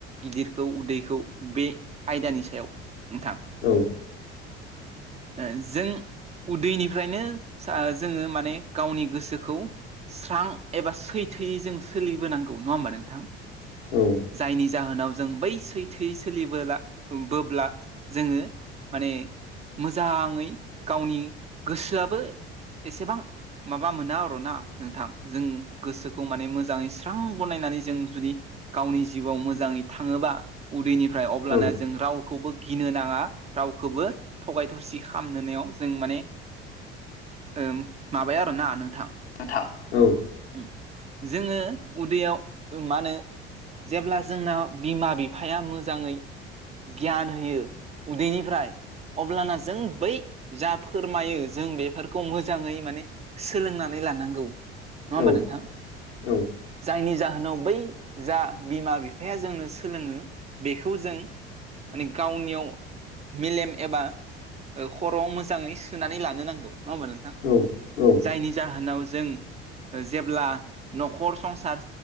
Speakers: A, on the right (about 20°); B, on the left (about 85°).
A: गिदिरखौ उदैखौ बे आयदानि सायाव नोंथां
B: औ
A: <inaudible> ओ जों उदैनिफ्रायनो सा जोङो माने गावनि गोसोखौ स्रां एबा सैथोयै जों सोलिबोनांगौ नङा होमबा नोंथां
B: औ
A: जायनि जाहोनाव जों बै सैथोयै सोलिबोला बोब्ला जोङो माने मोजाङै गावनि गोसोआबो एसेबां माबा मोना आर' ना नोंथां जों गोसोखौ माने मोजाङै स्रां बनायनानै जों जुदि गावनि जिउआव मोजाङै थाङोबा उदैनिफ्राय अब्लाना
B: औ
A: जों रावखौबो गिनो नाङा रावखौबो थगाय थसि खाम नोनायाव जों माने ओम माबाया आरोना नोंथां
B: <unintelligible> औ
A: उ जोंङो उदैयाव मा होनो जेब्ला जोंना बिमा बिफाया मोजाङै गियान होयो उदैनिफ्राय अब्लाना जों बै जा फोरमायो जों बेफोरखौ मोजाङै माने सोलोंनानै लानांगौ। नङा होमबा
B: औ
A: नोंथां
B: औ
A: जायनि जाहोनाव बै जा बिमा बिफाया जोंनो सोलोङो बेखौ जों माने गावनियाव मेलेम एबा ओ खर'आव मोजाङै सोनानै लानो नांगौ नङा होमबा नोंथां
B: औ औ
A: जायनि जाहोनाव जों जेब्ला नखर संसार